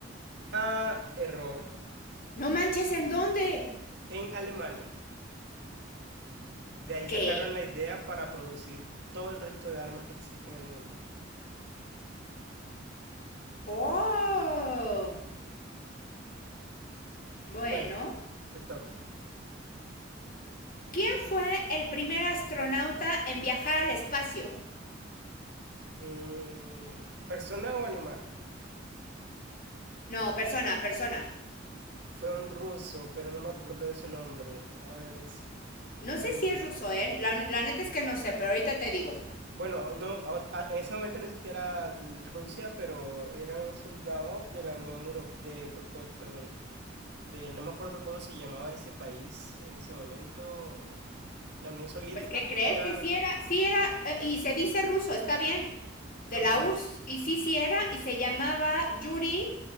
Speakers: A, on the right; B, on the left.
A: Ah, error.
B: No manches, ¿en dónde?
A: En Alemania. De ahí
B: ¿Qué?
A: sacaron la idea para producir todo el resto de armas que existen en el mundo.
B: Oh. Bueno.
A: Bueno, te toca.
B: ¿Quién fue el primer astronauta en viajar al espacio?
A: Mm, ¿persona o animal?
B: No, persona, persona.
A: Fue un ruso, pero no me acuerdo de su nombre. A ver, es-
B: No
A: mm,
B: sé si es ruso, ¿eh? La, la neta es que no sé, pero ahorita te digo.
A: bueno, no, a- a- en ese momento no existía la, l- Rusia, pero era un soldado de la Unión Europea, de, per- per- perdón, de, no me acuerdo cómo se llamaba ese país en ese momento. La Unión Soviética
B: Pues, ¿qué crees?
A: era,
B: Que sí era, sí era, eh, y se dice ruso, está bien, de
A: ok,
B: la URSS. Y sí, sí era, y se llamaba Yuri